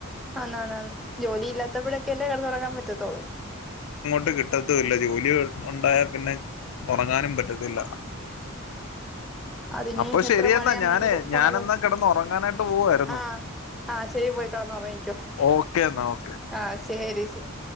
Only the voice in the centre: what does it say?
ആന്നാന്നാന്ന് ജോലി ഇല്ലാത്തപ്പയൊക്കെ അല്ലേ കെടന്നുറങ്ങാൻ പറ്റത്തോളൂ
അതിനി
എത്ര
മഴയാന്നെങ്കിലും
പോണല്ലോ
ആ ആ ശരി പോയി കെടന്ന് ഒറങ്ങിക്കോ
ആ ശരി ശരി